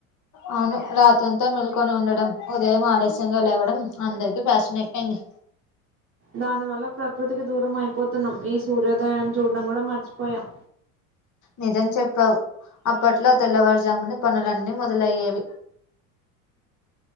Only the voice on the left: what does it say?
అవును రాత్రి అంతా మేల్కొని ఉండడం ఉదయం ఆలస్యంగా లేవడం అందరికి ఫ్యాషన్ అయిపోయింది
నిజం అప్పట్లో తెల్లవారుజామున పనులన్నీ మొదలయ్యేవి